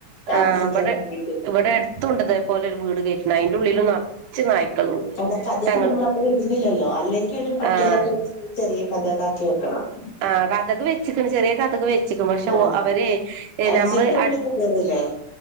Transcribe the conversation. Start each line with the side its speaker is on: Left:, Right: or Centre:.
Left: താമസിക്കാൻ
Right: ആഹ് ഇവിടെ
Left: വേണ്ടിട്ട്
Right: ഇവിടെ അടുത്തുണ്ട് ഇതേപോലെ ഒരു വീട് കേറ്റണ അയിന്റെ ഉള്ളില് നറച്ച് നായ്ക്കളുണ്ട്
Left: കട അതൊക്കെ
Right: ഞങ്ങള്
Left: നമ്മൾ അപ്പ ഇരുന്നില്ലല്ലോ അല്ലെങ്ക ഒരു പട്ടയിലൊക്കെ
Right: ആഹ്
Left: വെ ചെറിയ കഥ താക്കി വെക്കണം
Right: ആ കതക് വെച്ച്ക്ണ്. ചെറിയ കതക് വെച്ചിക്ണ്. പക്ഷെ
Left: ആഹ്
Right: അവര്
Left: അല്ല
Right: നമ്മള്
Left: സിറ്റ് ഔട്ടിലൊക്കെ
Right: അട്
Left: കേറൂലേ?